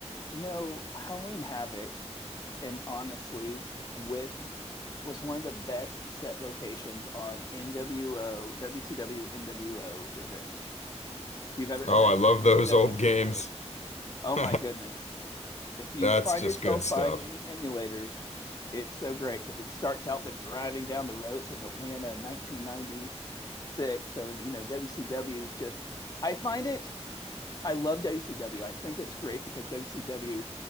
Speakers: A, on the left; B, on the left.
A: You know, Halloween Havoc, and honestly, with was one of the best set locations on NWO, WCW, NWO Revenge. If you've ever
B: Oh,
A: that
B: I love
A: for the Nintendo
B: those old
A: sixty
B: games.
A: four,
B: <laughs>
A: oh my goodness. If you
B: That's
A: find
B: just
A: yourself
B: good stuff.
A: buying any emulators, it's so great because it starts out them driving down the road. It says Atlanta 1996. So, you know, WCW is just, I find it I love WCW. I think it's great because WCW